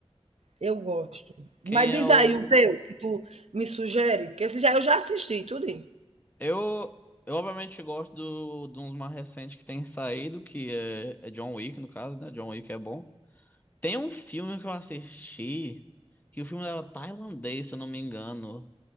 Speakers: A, on the right (about 80°); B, on the left (about 15°).
A: Eu gosto.
B: Quem
A: Mas
B: é
A: diz
B: o.
A: aí um teu que tu me sugere, que esse já eu já assisti tudo
B: Eu, eu obviamente gosto do, de uns mais recentes que tem saído, que é, é John Wick, no caso, né? John Wick é bom. Tem um filme que eu assisti, que o filme era tailandês, se eu não me engano.